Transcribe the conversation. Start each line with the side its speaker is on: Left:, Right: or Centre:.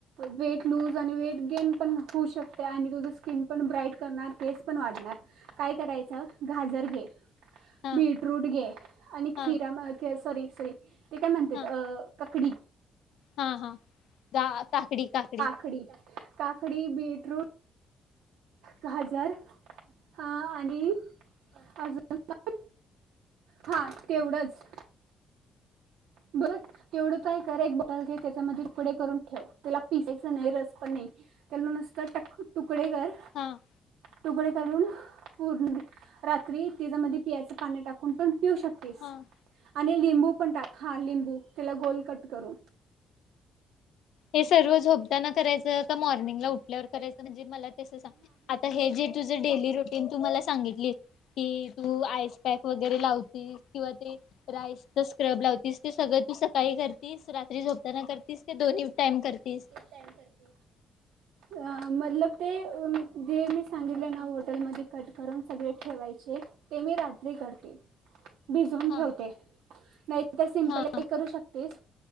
Right: वेट लूज आणि वेट गेन पण होऊ शकते. आणि तुझं स्किन पण ब्राईट करणार केस पण वाढणार. काय करायचं गाजर घे,
Left: हा
Right: बीटरूट घे आणि खिरा
Left: हा
Right: सॉरी सॉरी ते काय म्हणतात,
Left: हा
Right: ककडी.
Left: हा हा, का, काकडी, काकडी.
Right: कडी. काकडी, बीटरूट गाजर हां आणि अजून काय. हा तेवढच, बर तेवढं काय कर. एक टल घे, त्याच्यामध्ये तुकडे करून ठेव. त्याला पिसायच नाही, रस पण नाही. त्याला नुस्ता टक तुकडे कर
Left: हां.
Right: तुकडे करून पूर्ण रात्री त्याच्यामध्ये पियाचं पाणी टाकून पण पिऊ शकते.
Left: हां.
Right: आणि लिंबू पण टाक. हा लिंबू त्याला गोल कट करून.
Left: हे सर्व झोपताना करायचं का, मॉर्निंगला उठल्यावर करायचं, म्हणजे मला तसं सांग. आता हे जे तुझं, डेली रुटीन तु मला सांगितलीस. कि तू आईसपॅक वगैरे लावतीस, किंवा ते राइसचा स्क्रब लावतीस. ते सगळं तू सकाळी करतीस, रात्री झोपताना करतीस, कि दोन्ही टाईम करतीस.
Right: टाइम करते. अ, मतलब ते जे मी सांगितले ना वॉटरमध्ये कट करून सगळे ठेवायचे. ते, मी रात्री करते. भिजवून
Left: हा
Right: ठेवते, नाही तर सिम्पलही
Left: हा
Right: करू शकतेस.